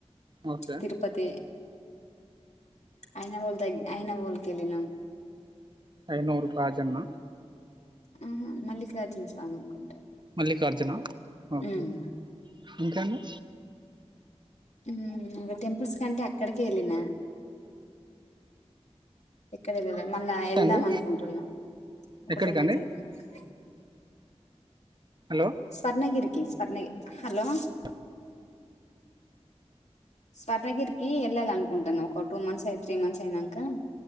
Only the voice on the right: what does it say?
ఓకే
ఐనూరు రాజన్న
మల్లికార్జున ఓకే
ఇంక అండి
అండి
ఎక్కడికండి
హలో
అ